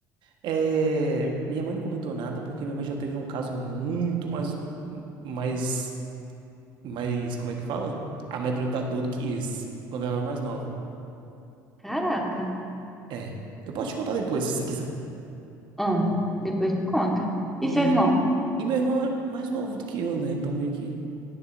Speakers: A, on the right; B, in the centre.
A: É, minha mãe não comentou nada porque minha mãe já teve um caso muito mais, mais, mais, como é que fala? Amedrontador do que esse, quando ela era mais nova.
B: caraca.
A: É, eu posso te contar depois, se você quiser.
B: Ah, depois me conta.
A: E,
B: E seu irmão?
A: e meu irmão é mais novo do que eu, né? Então meio que,